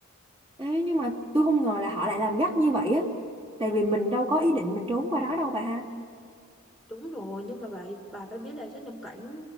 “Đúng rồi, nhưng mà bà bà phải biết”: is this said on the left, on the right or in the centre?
Centre